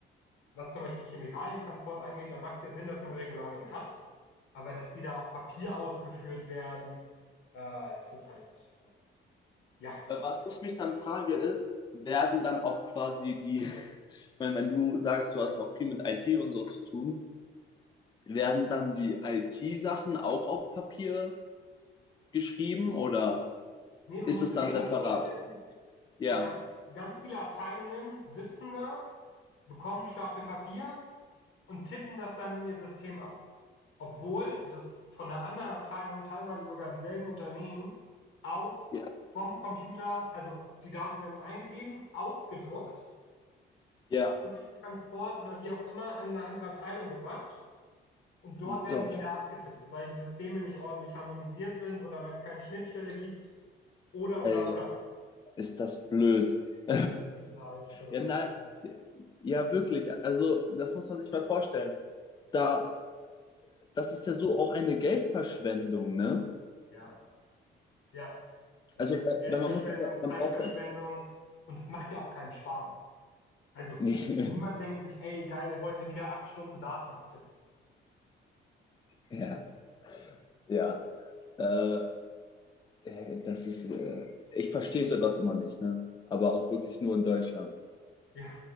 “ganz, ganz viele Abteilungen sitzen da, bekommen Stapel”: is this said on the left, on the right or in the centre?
Left